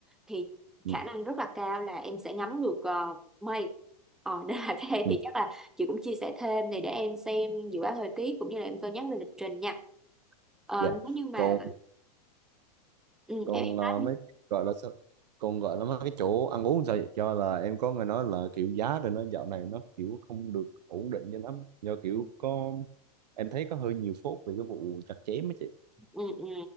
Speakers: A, in the centre; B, on the right.
A: thì
B: ừ,
A: khả năng rất là cao là em sẽ ngắm được ờ, mây ờ, <laughs> nên là các em
B: ừ,
A: thì chắc là chị cũng chia sẻ thêm này để em xem dự báo thời tiết cũng như là em cân nhắc về lịch trình nha ờ,
B: dạ
A: nếu như mà
B: còn
A: ừ, em
B: còn
A: em
B: ờ,
A: nói đi.
B: mấy cái gọi là sao còn gọi là mấy cái chỗ ăn uống sao vậy cho là em có nghe nói là kiểu giá rồi nó dạo này nó kiểu không được ổn định cho lắm do kiểu
A: ừ,
B: có em thấy có hơi nhiều phốt về cái vụ chặt chém ấy chị
A: ừ. ừ.